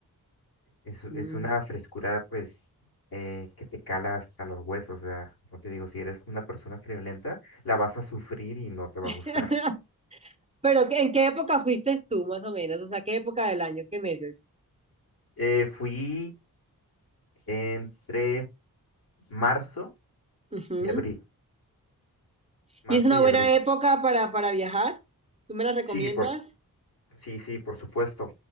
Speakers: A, on the left; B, on the right.
A: Es, es
B: Mm,
A: una frescura, pues, eh, que te cala hasta los huesos. O sea, como te digo, si eres una persona friolenta, la vas a sufrir y no te va
B: <laughs>
A: a gustar.
B: Pero, ¿en qué época fuiste tú, más o menos? O sea, ¿qué época del año? ¿Qué meses?
A: Eh, fui entre marzo
B: Ujú.
A: y abril. Marzo
B: ¿Y es una
A: y
B: buena
A: abril.
B: época para, para viajar? ¿Tú me la recomiendas?
A: Sí, por, s- sí, sí, por supuesto.